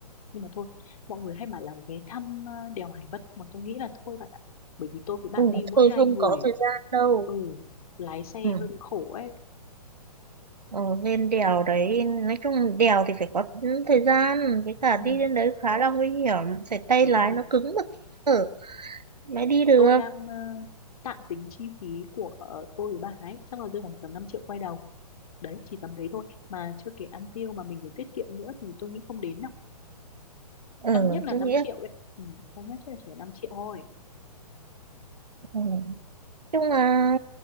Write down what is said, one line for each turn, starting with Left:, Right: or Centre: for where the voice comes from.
Left: nhưng mà thôi mọi người hay mà làm vé thăm ờ, đèo Hải Vân mà tôi nghĩ là thôi bạn ạ bởi vì tôi với bạn
Right: ừ,
Left: đi mỗi
Right: thôi
Left: hai
Right: không
Left: người
Right: có thời gian đâu
Left: ừ lái xe
Right: ừ,
Left: hơi bị khổ ấy
Right: ờ, lên đèo đấy nói chung đèo thì phải có thời gian với cả
Left: ừ,
Right: đi lên đấy khá là nguy hiểm phải tay
Left: đúng
Right: lái
Left: rồi
Right: nó cứng một tí ở mới đi được
Left: tôi đang ờ, tạm tính chi phí của ờ, tôi với bà ấy chắc là rơi khoảng tầm 5 triệu quay đầu đấy chỉ tầm đấy thôi mà chưa kể ăn tiêu mà mình còn tiết kiệm nữa thì tôi nghĩ không đến đâu
Right: ừ
Left: tăng nhất là
Right: tôi
Left: 5
Right: nghĩ là-
Left: triệu ấy ừ, không nhất chắc là chỉ là 5 triệu thôi
Right: ừ. chung là